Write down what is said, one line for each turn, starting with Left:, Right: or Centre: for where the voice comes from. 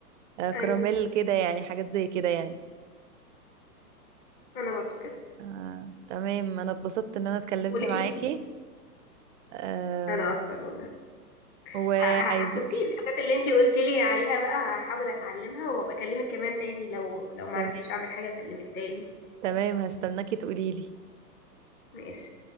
Right: آه، كراميل
Left: ايوه
Right: كده يعني حاجات زي كده يعني
Left: انا برضو كده
Right: آه، تمام انا اتبسطت ان انا اتكلمت
Left: وليكي
Right: معاكي آم،
Left: انا اكتر والله
Right: وعايزك
Left: ه... ه... ه- بصي الحاجات اللي انتي قلتي لي عليها بقى هحاول اتعلمها وابقى اكلمك كمان تاني لو لو ما
Right: تمام
Left: عرفتش اعمل حاجه اكلمك تاني
Right: تمام هستناكي تقوليلي
Left: ماشي